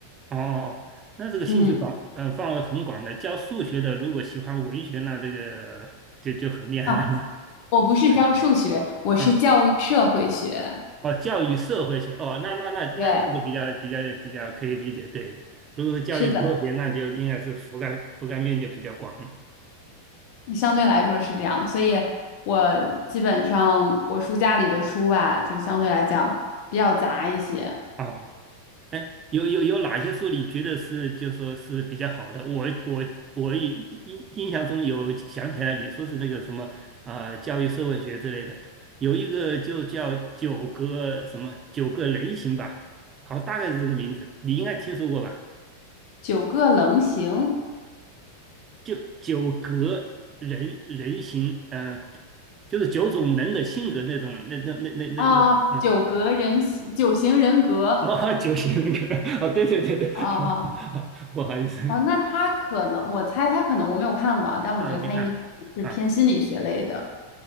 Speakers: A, on the right (about 25°); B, on the left (about 45°).
A: 哦哦，那这个兴趣范呃范围很广的。
B: 嗯，
A: 教数学的如果喜欢文学，那这个就就很厉害了。
B: 啊，我不是教数学，我是教育社会学。
A: <laughs> 哦，教育社会学，哦，那那那那那个比较比较比较可以理解，
B: 对，
A: 对。如果是教育社会学，
B: 是的。
A: 那就应该是覆盖覆盖面就比较广了。
B: 相对来说是这样，所以我基本上我书架里的书吧，就相对来讲比较杂一些。
A: 哦，哎，有有有哪些书你觉得是就说是比较好的？我我我印印印象中有想起来你说是那个什么啊、呃教育社会学之类的，有一个就叫九个什么九个人形吧，好，大概是这个名字，你应该听说过吧？
B: 九个棱形
A: 就九格人人形，嗯、就是九种人的性格那种，那那那那那那种，
B: 啊，
A: 嗯，
B: 九格人形九型人格啊
A: 哦，九型人格，<laughs> 哦，对对对对，
B: 啊
A: <laughs> 不好意思
B: 啊，那他可能我猜他可能我没有看过啊，但我觉得他应该是偏心理学类的，
A: 啊，没看过啊，